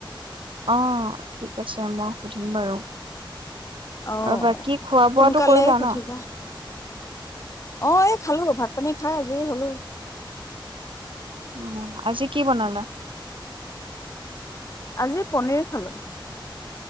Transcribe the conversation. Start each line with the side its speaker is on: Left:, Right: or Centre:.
Right: অ ঠিক আছে মই সুধিম বাৰু।
Left: অ',
Right: আৰু বাকী খোৱা
Left: সোনকালে
Right: বোৱাটো কৰিলা
Left: সুধিবা
Right: ন।
Left: অ এই খালোঁ ভাত পানী খাই আজৰি হলোঁ।
Right: উম আজি কি বনালা?
Left: আজি পনীৰ খালোঁ।